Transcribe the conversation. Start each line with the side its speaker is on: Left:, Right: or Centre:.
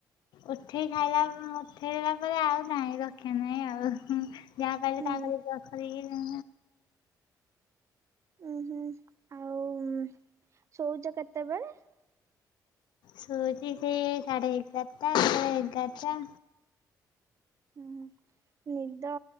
Left: ଉଠେଇ ଖାଇଲା ଉଠେଇଲା ପରେ ଆଉ ନାହିଁ ରକ୍ଷା ନାହିଁ ଆଉ ଯାହା କହିଲେ
Right: ହୁଁ।
Left: ତା ଉପରେ ଅସରାଇକି।
Right: ଉଁ ହୁଁ ଆଉ ଶୋଉଛ କେତେବେଳେ।
Left: ଶୋଉଛି ସେ ସାଢ଼େ ଏଗର୍ ଟା ନହେଲେ ଏଗାର୍ ଟା।
Right: ହୁଁ ହୁଁ ନିଦ